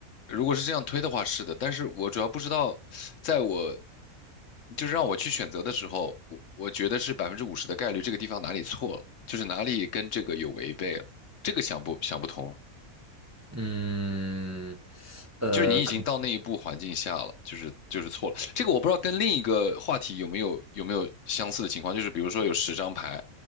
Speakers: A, on the left; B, on the right.
A: 如果是这样推的话，是的，但是我主要不知道，在我就是让我去选择的时候，我我觉得是百分之五十的概率，这个地方哪里错了，就是哪里跟这个有违背了，这个想不想不通啊？
B: 嗯，呃，
A: 就是你已经到那一步环境下了，
B: 可能，
A: 就是就是错了。这个我不知道跟另一个话题有没有有没有相似的情况，就是比如说有十张牌，